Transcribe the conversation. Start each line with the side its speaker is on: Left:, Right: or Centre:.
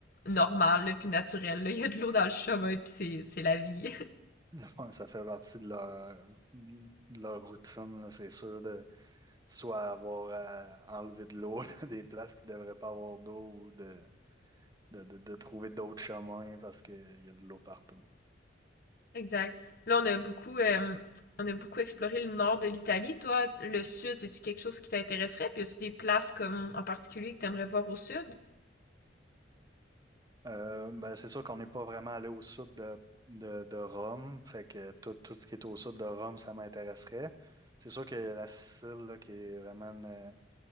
Left: normal, là, puis naturel. Là. Il y a de l'eau dans le chemin puis c'est c'est la vie.
Right: <laughs> Ouais, ça fait partie de leur, de leur routine, là, c'est sûr, de soit avoir à enlever de l'eau <laughs> dans des places qui ne devraient pas avoir d'eau ou de, de, de, de trouver d'autres chemins parce qu'il y a de l'eau partout.
Left: <laughs> Exact. Là on a beaucoup euh, on a beaucoup exploré le nord de l'Italie. Toi, le sud, c'est-tu quelque chose qui t'intéresserait? Puis as-tu des places comme en particulier que t'aimerais voir au sud?
Right: Euh, ben, c'est sûr qu'on n'est pas vraiment allé au sud de, de, de Rome, fait que tout, tout ce qui est au sud de Rome, ça m'intéresserait. C'est sûr que la Sicile, là, qui est vraiment une,